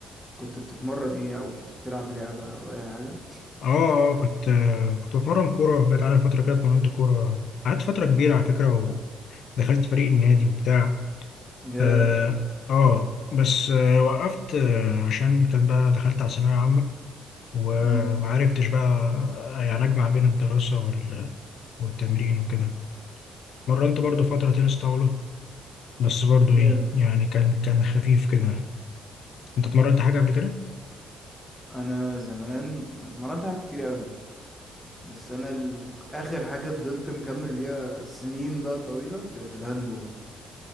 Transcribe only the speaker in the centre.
كنت بتتمرن ايه او كنت بتلعب لعبة او اي حاجة
جامد
امم
جامد
انا زمان اتمرنت حاجات كتير قوي بس انا ال... اخر حاجه فضلت مكمل بيها سنين بقى طويله كانت الهاندبول